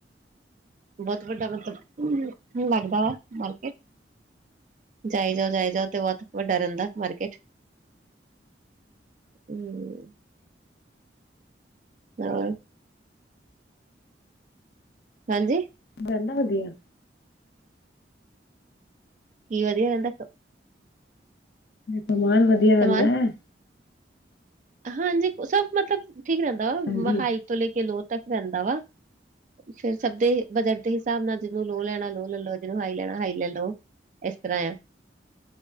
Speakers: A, on the right; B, on the left.
A: ਬਹੁਤ ਵੱਡਾ ਮਤਲਬ, ਲੱਗਦਾ ਵਾ ਮਾਰਕੀਟ। ਜਾਈ ਜਾਓ, ਜਾਈ ਜਾਓ ਤੇ ਬਹੁਤ ਵੱਡਾ ਰਹਿੰਦਾ ਮਾਰਕੀਟ। ਹਮ ਹਾਂ। ਹਾਂਜੀ।
B: ਬ ਨਾ ਵਧੀਆ।
A: ਕੀ ਵਧਿਆ ਦੱਸੋ।
B: ਕਮਾਨ ਵਧੀਆ ਰਹਿੰਦਾ।
A: ਸਮਾਨ ਹਾਂਜੀ। ਸਭ ਮਤਲਬ ਠੀਕ ਰਹਿੰਦਾ ਵਾ।
B: ਹਾਂਜੀ
A: ਮ ਤੋਂ ਲੈ ਕੇ ਲੋਹ ਤੱਕ ਰਹਿੰਦਾ ਵਾ। ਫਿਰ ਸਭ ਦੇ ਬਜਟ ਹਿਸਾਬ ਨਾਲ ਜਿਹਨੂੰ ਲੋ ਲੈਣਾ ਲੋ ਲੈ ਲੋ ਜਿਹਨੂੰ ਹਾਈ ਲੈਣਾ ਹਾਈ ਲੈ ਲੋ। ਇਸ ਤਰ੍ਹਾਂ ਆ।